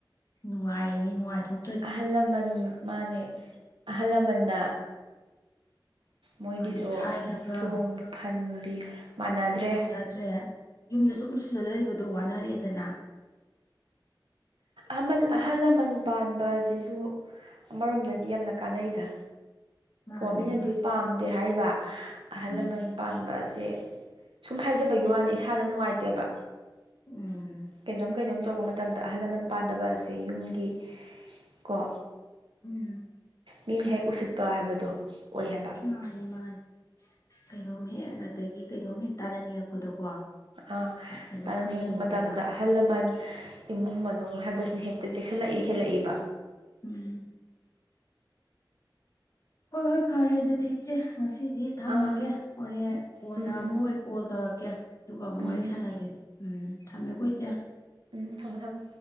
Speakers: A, on the left; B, on the right.
A: ꯅꯨꯡꯉꯥꯏꯅꯤ ꯅꯨꯡꯉꯥꯏꯊꯣꯛ
B: ꯑꯍꯜ ꯂꯃꯟ ꯃꯥꯅꯦ ꯑꯍꯜ ꯂꯃꯟꯅ ꯃꯣꯏꯒꯤꯁꯨ
A: ꯃꯥꯅꯤ ꯊꯥꯏꯅꯒ
B: ꯆꯣꯡ ꯐꯟꯕꯤ ꯃꯥꯟꯅꯗ꯭ꯔꯦ
A: ꯗ꯭ꯔꯦ ꯌꯨꯝꯗ ꯁꯨꯝ ꯁꯨꯖꯜꯂ ꯂꯩꯕꯗꯣ ꯋꯥꯅꯔꯛꯑꯦꯗꯅ
B: ꯑꯃꯜ ꯑꯍꯜ ꯂꯃꯟ ꯄꯥꯟꯕ ꯑꯖꯤꯖꯨ ꯑꯃꯔꯣꯝꯗꯗꯤ ꯌꯥꯝꯅ ꯀꯥꯟꯅꯩꯗ
A: ꯃꯥꯅꯤ
B: ꯀꯣ ꯃꯤꯅꯗꯤ
A: ꯃꯥꯅꯤ
B: ꯄꯥꯝꯗꯦ ꯍꯥꯏꯔꯤꯕ ꯑꯍꯜ
A: ꯎꯝ
B: ꯂꯃꯟ ꯄꯥꯟꯕꯁꯦ ꯁꯨꯝ ꯍꯥꯏꯖꯕꯒꯤ ꯋꯥꯅꯤ ꯏꯁꯥꯗ ꯅꯨꯡꯉꯥꯏꯇꯦꯕ
A: ꯎꯝ
B: ꯀꯩꯅꯣꯝ ꯀꯩꯅꯣꯝ ꯇꯧꯔꯛꯄ ꯃꯇꯝꯗ ꯑꯍꯜ ꯂꯃꯟ ꯄꯥꯟꯗꯕ ꯑꯁꯦ ꯌꯨꯝꯒꯤ ꯀꯣ
A: ꯎꯝ
B: ꯃꯤꯅ ꯍꯦꯛ ꯎꯁꯤꯠꯄ ꯍꯥꯏꯕꯗꯣ ꯑꯣꯏ ꯍꯥꯏꯕ
A: ꯃꯥꯅꯦ ꯃꯥꯅꯦ ꯀꯩꯅꯣꯝ ꯍꯦꯛ ꯑꯗꯒꯤ ꯀꯩꯅꯣꯝ ꯍꯦꯛ ꯇꯥꯅꯅꯤꯡꯉꯛꯄꯗꯀꯣ
B: ꯑꯥ
A: ꯀꯩꯅꯣꯝ
B: ꯇꯥꯅꯅꯤꯡꯉꯛ
A: ꯍꯪꯅꯤꯡꯉꯛꯄꯗ
B: ꯃꯇꯝꯗ ꯑꯍꯜ ꯂꯃꯟ ꯏꯃꯨꯡ ꯃꯅꯨꯡ ꯍꯥꯏꯕꯁꯤꯅ ꯍꯦꯛꯇ ꯆꯦꯛꯁꯤꯜꯂꯛꯏ ꯍꯦꯜꯂꯛꯏꯕ
A: ꯎꯝ ꯍꯣꯏ ꯍꯣꯏ ꯐꯔꯦ ꯑꯗꯨꯗꯤ ꯏꯆꯦ ꯉꯁꯤꯗꯤ ꯊꯝꯃꯒꯦ
B: ꯑꯥ
A: ꯍꯣꯔꯦꯟ ꯀꯣꯟꯅ
B: ꯎꯝ ꯎꯝ
A: ꯑꯃꯨꯛ ꯑꯩ ꯀꯣꯜ ꯇꯧꯔꯛꯀꯦ ꯗꯨꯒꯥ ꯑꯃꯨꯛ
B: ꯎꯝ
A: ꯋꯥꯔꯤ
B: ꯎꯝ
A: ꯁꯅꯖꯤ ꯎꯝ ꯊꯝꯃꯦꯀꯣ ꯏꯆꯦ
B: ꯎꯝ ꯊꯝꯃꯣ ꯊꯝꯃꯣ